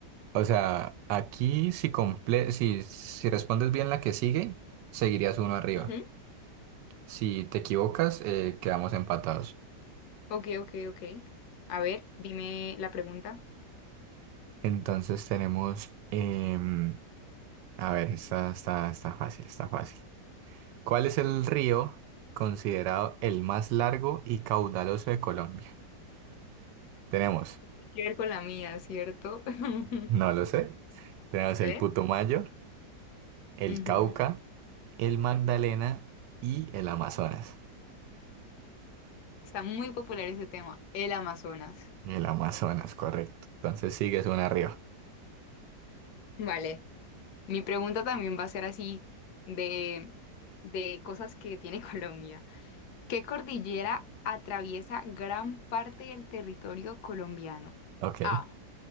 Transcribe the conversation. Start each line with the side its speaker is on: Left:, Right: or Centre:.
Right: O sea, aquí si, comple si, si respondes bien la que sigue, seguirías uno arriba.
Left: Ujú.
Right: Si te equivocas, eh, quedamos empatados.
Left: Ok, ok, ok. A ver, dime la pregunta.
Right: Entonces tenemos... em, a ver, está, está, está fácil, está fácil. ¿Cuál es el río considerado el más largo y caudaloso de Colombia? Tenemos,
Left: Tiene que ver con la mía, ¿cierto? <laughs>
Right: no lo sé, tenemos el
Left: A ver.
Right: Putumayo, el
Left: Ujú.
Right: Cauca, el Magdalena y el Amazonas.
Left: Está muy popular ese tema, el Amazonas.
Right: El Amazonas, correcto. Entonces sigues una arriba.
Left: <laughs> Vale, mi pregunta también va a ser así de, de cosas que tiene <laughs> Colombia. ¿Qué cordillera atraviesa gran parte del territorio colombiano?
Right: Ok.
Left: A,